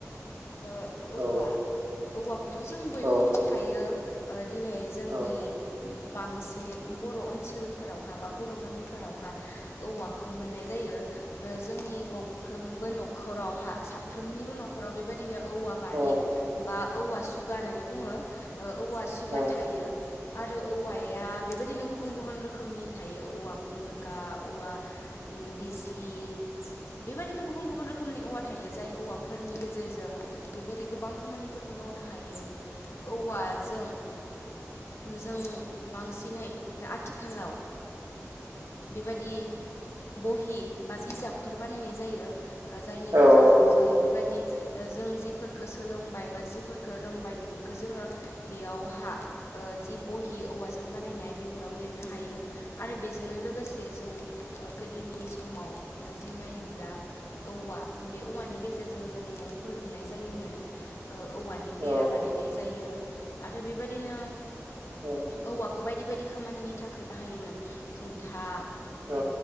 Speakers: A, on the left; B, on the right.
A: औवा
B: औ
A: औवखौथ' जों बयबो
B: औ
A: मिथिखायो ओ दिनै जोंनि
B: औ
A: उम बांसिनै बर' ओनसोलफोरावहा बा बर' गामिफोरावहा औवाखौ मोननाय जायो। जोंनि गंफ्रोमबो न'खरावहा साफ्रोमनिबो न'खराव बेबायदिनो औवा बारि
B: औ
A: बा औवा सुगा होननानै बुङो औवा सुगा
B: औ
A: थायो। आरो औवाया बेबायदिनो गुबुन गुबुन रोखोमनि थायो औवा फुलक औवा बिजलि बेबायदिनो गुबुन गुबुन रोखोमनि औवा थायो जाय औवाफोरनि गेजेरजों बेबायदि गोबां खामानिफोरखौ मावनो हायो औवाजों जों बांसिनै आथिखालाव बेबादि बहि बा बिजाबफोर बानायनाय जायो। जायनि
B: औ
A: गेजेरजों जोङो
B: नोंथां
A: बेबायदि
B: औ
A: जों जि सोलोंबाय बा जिफोरखौ रोंबाय बेफोरखौ जोङो बेयावहा जि बहि औवाजों बानायनाय बेफोराव लिरनो हायो आरो बेजोंनो लोगोसे जों गोदोनि समाव जि नायोब्ला औवा बे औवानि गेजेरजों जों न'फोर लुनाय जायोमोन औवानि
B: औ
A: बेरा बानायनाय जायो आरो बेबायदिनो
B: औ
A: औवाखौ बायदि बायदि खामानिनि थाखाय बाहायोमोन खुन्था
B: औ
A: ओ